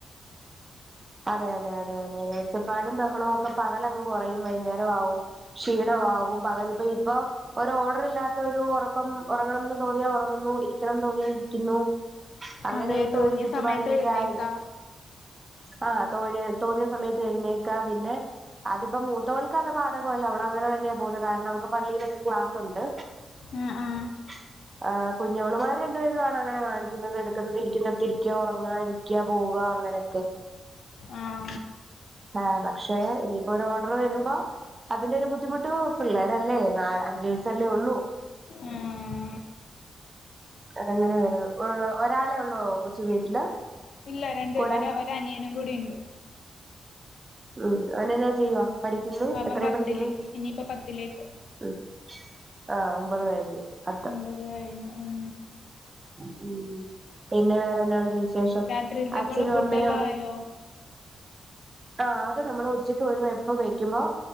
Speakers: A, on the right (about 20°); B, on the left (about 65°).
A: അതെ അതെ അതെ അതെ അതെ ഉച്ചപ്പാടും ബഹളവും ഒക്കെ പകലങ്ങ് കുറയും വൈകുന്നേരം ആവും ക്ഷീണമാകും പകലിപ്പോ ഇപ്പോ ഒരു ഓർഡർ ഇല്ലാത്ത ഒരു ഉറക്കം ഉറങ്ങണമെന്ന് തോന്നിയാ ഉറങ്ങുന്നു ഇരിക്കണമെന്ന് തോന്നിയാ ഇരിക്കുന്നു അങ്ങനെയൊക്കെ
B: അതെ തോന്നിയ
A: ഒരു ചുറ്റുപാടിലൊക്കെ
B: സമയത്ത് എഴുന്നേക്കാ
A: ആയത് ആഹ് തോഴി തോന്നിയ സമയത്ത് എഴുന്നേക്ക പിന്നെ അതിപ്പോ മൂത്തവൾക്ക് അത് ബാധകമല്ലേ അവള് അങ്ങനെ തന്നെയാ പോന്നത് കാരണം അവക്ക് പള്ളിയിലൊക്കെ ക്ലാസ് ഉണ്ട്
B: ആഹ് ആഹ്
A: <inaudible> ആഹ് കുഞ്ഞോളുമാര് രണ്ട്‌ പേരും ആണ് അങ്ങനെ കാണിക്കുന്നത് എടുക്കുന്നത് ഇരിക്കുന്നിടുത്തിരിക്ക ഉറങ്ങുക എണ്ണിക്ക പോവുക അങ്ങനെ
B: ആഹ്
A: ആഹ് പക്ഷേ ഇനിയിപ്പോ ഒരു ഓർഡർ വരുമ്പോ അതിന്റെ ഒരു ബുദ്ധിമുട്ട് പിള്ളേരല്ലേ നാല് അഞ്ച് വയസല്ലേ ഉള്ളൂ
B: ഉം
A: അതെങ്ങനെ വരുന്നു ഒരാളെ ഉള്ളോ കൊച്ചു വീട്ടില്
B: ഇല്ല രണ്ട്
A: കൂടെ
B: ഒര ഒരനിയനും കൂടി ഉണ്ട്
A: ഉം അവൻ എന്നാ ചെയ്യുവാ പഠിക്കുന്നു
B: അവൻ
A: എത്രയിൽ
B: പത്തില്
A: പഠിക്കുന്നു
B: ഇനിയിപ്പോ പത്തിലേക്ക്
A: ഉം ആഹ് ഒമ്പത് കഴിഞ്ഞു പത്ത്
B: ഒമ്പത് കഴിഞ്ഞു ഉം
A: ഉം പിന്നെ വേറെ എന്നായുണ്ട് വിശേഷം
B: രാത്രിയിലത്തേക്കുള്ള
A: അച്ഛനും
B: ഫുഡ്
A: അമ്മയോ
B: എല്ലാം ആയോ
A: ആഹ് അത് നമ്മള് ഉച്ചക്ക് ഒരു വെപ്പ് വെക്കുമ്പോ